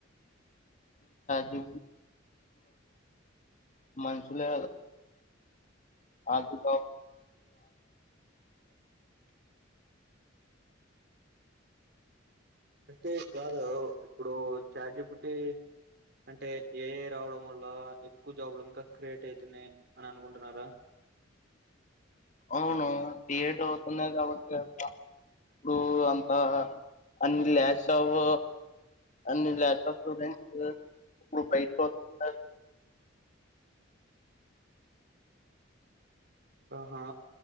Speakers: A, on the left (about 40°); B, on the right (about 55°).
A: జ మసుల అదిక
B: అంటే కాదు ఇప్పుడు చాట్ జీపీటీ అంటే ఏ ఐ రావడం వల్ల ఎక్కువ జాబ్లలు ఇంకా క్రియేట్ అవుతున్నాయి అని అనుకుంటు రా రా
A: అవును యడ్ అవుతున్నాది కాబట్టి ఇప్పుడు అంత అన్ని ల్యా ఆఫ్ అన్ని ల్యాస్ ఆఫ్ స్టూడెంట్స్ ఇప్పుడు బయట వస్తున్నారు
B: ఆహా